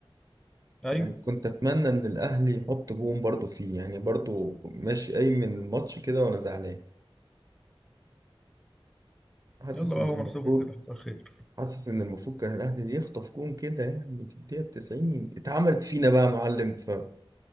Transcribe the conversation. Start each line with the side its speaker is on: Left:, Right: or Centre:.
Centre: ايوه
Right: يعني كنت اتمنى ان الاهلي يحط جون برضو فيه يعني برضو ماشي قايم من الماتش كده وانا زعلان حاسس
Centre: يلا بقى
Right: ان
Centre: هو
Right: المفروض
Centre: نصيبهم كده حصل خير
Right: حاسس ان المفروض كان الاهلي يخطف جون كده يعني في الدقيقة 90 اتعملت فينا بقى يا معلم في